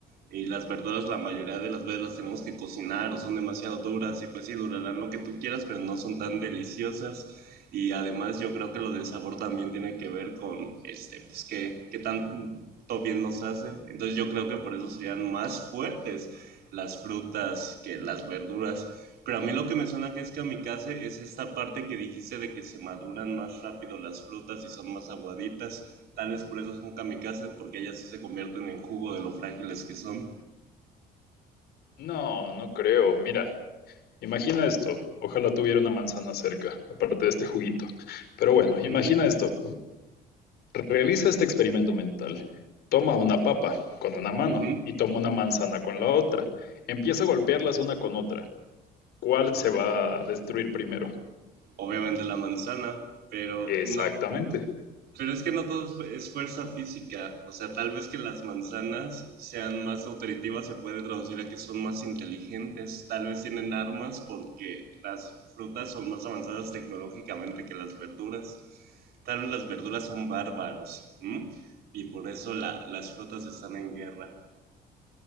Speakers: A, on the right; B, on the left.
A: y las verduras la mayoría de las veces las tenemos que cocinar o son demasiado duras y pues sí durarán lo que tú quieras pero no son tan deliciosas. Y además yo creo que lo del sabor también tiene que ver con, este, pues qué, qué tanto bien nos hace. Entonces yo creo que por eso serían más fuertes las frutas que las verduras. Pero a mí lo que me suena que es que kamikaze es esta parte que dijiste de que se maduran más rápido las frutas y son más aguaditas. Tal vez por eso son kamikazes, porque ellas sí se convierten en jugo de lo frágiles que son.
B: No, no creo. Mira, Imagina esto, ojalá tuviera una manzana cerca, aparte de este juguito. Pero bueno, imagina
A: Ujú,
B: esto, realiza este experimento mental. Toma una papa con una mano
A: ujú.
B: y toma una manzana con la otra. Empieza a golpearlas una con otra. ¿Cuál se va a destruir primero?
A: Obviamente la manzana, pero
B: Exactamente.
A: no. Pero es que no todo es fu- es fuerza física. O sea, tal vez que las manzanas sean más nutritivas se puede traducir a que son más inteligentes. Tal vez tienen armas porque las frutas son más avanzadas tecnológicamente que las verduras. Tal vez las verduras son bárbaros. ¿m? Y por eso la- las frutas están en guerra.